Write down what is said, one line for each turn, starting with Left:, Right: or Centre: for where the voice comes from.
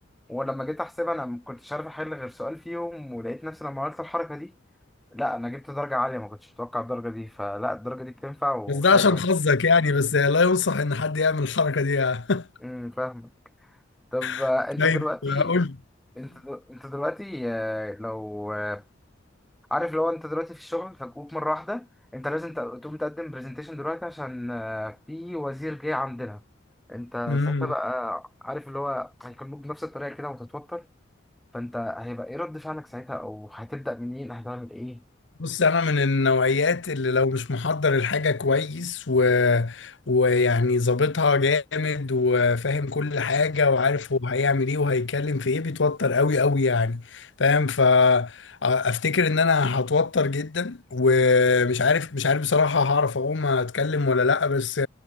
Centre: ولما جيت احسبها انا ما كنتش عارف احل غير سؤال فيهم ولقيت نفسي لما عملت الحركه دي لا انا جبت درجه عاليه ما كنتش متوقع الدرجه دي فلا الدرجه دي بتنفع وحلوه
Left: بس ده عشان
Centre: يعني.
Left: حظك يعني بس لا ينصح ان حد يعمل الحركه دي يعني.
Centre: امم فاهم طب آه،
Left: <laughs>
Centre: انت
Left: طيب
Centre: دلوقتي
Left: قول
Centre: انت دل- انت دلوقتي آه، لو آه، عارف لو انت دلوقتي في الشغل فجوك مره واحده انت لازم ت- تقوم تقدم برزنتيشن دلوقتي عشان آه، في وزير جاي عندنا انت
Left: امم
Centre: ساعتها بقى عارف اللي هو هيكلموك بنفس الطريقه كده وتتوتر فانت هيبقى ايه رد فعلك ساعتها او هتبدا منين هتعمل ايه
Left: بص انا من النوعيات اللي لو مش محضر الحاجه كويس و... ويعني ظابطها جامد وفاهم كل حاجه وعارف هو هيعمل ايه وهيتكلم في ايه بيتوتر قوي قوي يعني فاهم ف افتكر ان انا هتوتر جدا ومش عارف مش عارف بصراحه هعرف اقوم اتكلم ولا لا بس